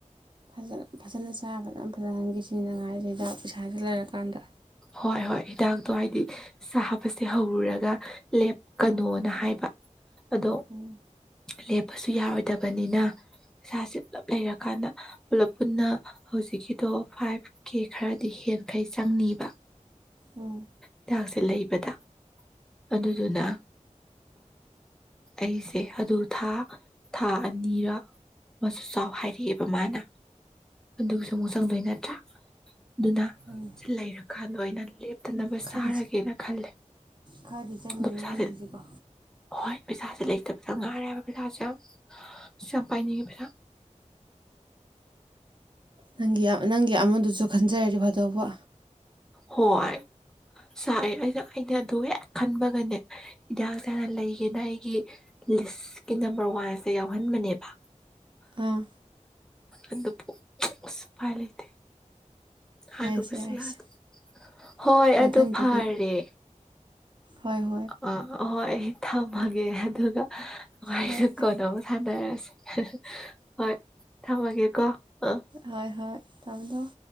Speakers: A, on the right; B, in the centre.
A: ꯐꯖ ꯐꯖꯅ ꯆꯥ ꯐꯖꯅ ꯐꯖꯍꯟꯒꯦꯁꯤꯅꯤ ꯅꯪ ꯍꯥꯏꯖꯦ ꯍꯤꯗꯥꯛ ꯄꯩꯁꯥꯥꯁꯦ ꯂꯩꯔꯀꯥꯟꯗ
B: ꯍꯣꯏ ꯍꯣꯏ ꯍꯤꯗꯥꯛꯇꯣ ꯍꯥꯏꯗꯤ ꯆꯥꯕꯁꯦ ꯍꯧꯔꯨꯔꯒ ꯂꯦꯞꯀꯅꯣꯅ
A: ꯃꯥꯅꯦ
B: ꯍꯥꯏꯕ ꯑꯗꯣ
A: ꯎꯝ
B: ꯂꯦꯞꯄꯁꯨ ꯌꯥꯔꯣꯏꯗꯕꯅꯤꯅ ꯄꯩꯁꯥꯁꯦ ꯄꯨꯂꯞ ꯂꯩꯔꯀꯥꯟꯗ ꯄꯨꯂꯞ ꯄꯨꯟꯅ ꯍꯧꯖꯤꯛꯀꯤꯗꯣ ꯐꯥꯏꯚ ꯀꯦ ꯈꯔꯗꯤ ꯍꯦꯟꯈꯩ ꯆꯪꯅꯤꯕ
A: ꯎꯝ
B: ꯍꯤꯗꯥꯛꯁꯦ ꯂꯩꯕꯗ ꯑꯗꯨꯗꯨꯅ ꯑꯩꯁꯦ ꯑꯗꯨ ꯊꯥ ꯊꯥ ꯑꯅꯤꯔ ꯑꯃꯁꯨ ꯆꯥꯎ ꯍꯥꯏꯔꯛꯑꯦꯕ ꯃꯥꯅ ꯑꯗꯨꯒꯁꯨ ꯑꯃꯨꯛ ꯆꯪꯗꯣꯏ ꯅꯠꯇ꯭ꯔꯥ ꯑꯗꯨꯅ
A: ꯎꯝ
B: ꯁꯤ ꯂꯩꯔꯀꯥꯟꯗ ꯑꯣꯏꯅ ꯂꯦꯞꯇꯅꯕ
A: ꯈꯔꯗꯤ
B: ꯆꯥꯔꯒꯦꯅ ꯈꯜꯂꯦ
A: ꯈꯔꯗꯤ ꯆꯪꯒꯅꯤ
B: ꯑꯗꯣ ꯄꯩꯁꯥꯁꯦ
A: ꯅꯪꯒꯤꯁꯦꯀꯣ
B: ꯍꯣꯏ ꯄꯩꯁꯥꯁꯦ ꯂꯩꯇꯕꯗ ꯉꯥꯏꯔꯦꯕ ꯄꯩꯁꯥꯁꯦ ꯌꯥꯝ ꯌꯥꯝ ꯄꯥꯏꯅꯤꯡꯉꯦ ꯄꯩꯁꯥ
A: ꯅꯪꯒꯤ ꯅꯪꯒꯤ ꯑꯃꯗꯨꯁꯨ ꯈꯟꯖꯔꯗꯤ ꯐꯗꯧꯕ
B: ꯍꯣꯏ ꯆꯥꯛꯑꯦ ꯑꯩꯅ ꯑꯩꯅ ꯑꯗꯨ ꯍꯦꯛ ꯈꯟꯕꯒꯅꯦ ꯍꯤꯗꯥꯛꯁꯦ ꯍꯥꯟꯅ ꯂꯩꯒꯦꯅ ꯑꯩꯒꯤ ꯂꯤꯁꯀꯤ ꯅꯝꯕꯔ ꯋꯥꯟꯁꯦ ꯌꯥꯎꯍꯟꯕꯅꯦꯕ
A: ꯑꯥ
B: ꯑꯗꯨꯕꯨ ꯑꯁ ꯎꯄꯥꯏ ꯂꯩꯇꯦ ꯍꯥꯏꯔꯨꯕꯁꯨ
A: ꯌꯥꯏꯁꯦ ꯌꯥꯏꯁꯦ
B: ꯌꯥꯗꯦ ꯍꯣꯏ
A: ꯃꯊꯪꯗꯗꯤ
B: ꯑꯗꯨ ꯐꯔꯦ
A: ꯍꯣꯏ ꯍꯣꯏ
B: ꯑꯥ ꯍꯣꯏ ꯊꯝꯃꯒꯦ ꯑꯗꯨꯒ ꯋꯥꯔꯤꯁꯨ
A: ꯍꯣꯏ
B: ꯀꯣꯟꯅ ꯑꯃꯨꯛ ꯁꯥꯟꯅꯔꯁꯦ ꯍꯣꯏ ꯊꯝꯃꯒꯦ ꯀꯣ ꯑꯥ
A: ꯍꯣꯏ ꯍꯣꯏ ꯊꯝꯃꯣ ꯊꯝꯃꯣ